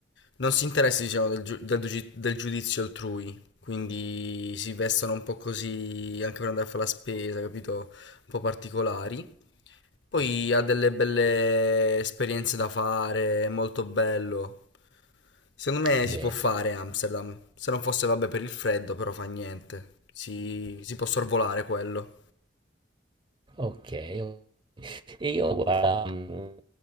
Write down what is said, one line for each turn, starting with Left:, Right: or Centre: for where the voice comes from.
Left: non si interessa, diciamo, del, giu- del giu- del giudizio altrui. Quindi si vestono un po' così anche per andare a fare la spesa, capito? Un po' particolari. Poi ha delle belle esperienze da fare, è molto bello. Secondo me
Right: Bene.
Left: si può fare Amsterdam. Se non fosse, vabbè, per il freddo, però fa niente. Si, si può sorvolare quello.
Right: Okay, o e io guarda, mhmm,